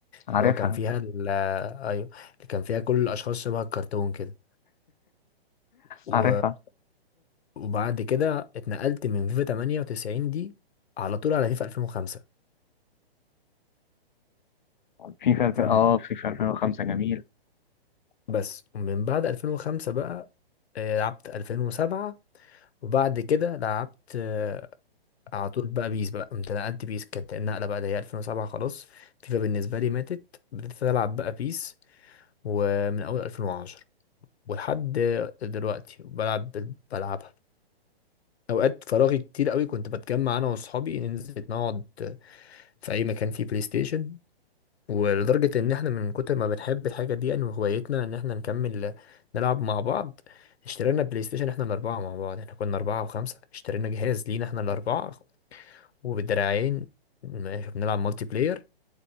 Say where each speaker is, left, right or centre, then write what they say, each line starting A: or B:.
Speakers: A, on the left; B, on the left.
A: عارفها
B: اللي هو كان فيها ال- آه، ايوه اللي كان فيها كل الاشخاص شبه الكرتون كده و...
A: عارفها
B: وبعد كده اتنقلت من فيفا 98 دي على طول على فيفا 2005
A: فيفا الف...
B: فاهم
A: اه فيفا 2005 جميل
B: بس من بعد 2005 بقى آه، لعبت 2007 وبعد كده لعبت آه، على طول بقى بيس بقى قمت نقلت بيس كانت النقله بقى اللي هي 2007 خلاص فيفا بالنسبه لي ماتت بدأت العب بقى بيس ومن اول 2010 ولحد دلوقتي بلعب بلعبها اوقات فراغي كتير قوي كنت بتجمع انا واصحابي ننزل نقعد في اي مكان فيه بلاي ستيشن ولدرجه ان احنا من كتر ما بنحب الحاجه دي يعني وهوايتنا ان احنا نكمل نلعب مع بعض اشترينا بلاي ستيشن احنا الاربعه مع بعض احنا كنا اربعه وخمسه اشترينا جهاز لينا احنا الاربعه وبالدراعين ماشي بنلعب مالتي بلاير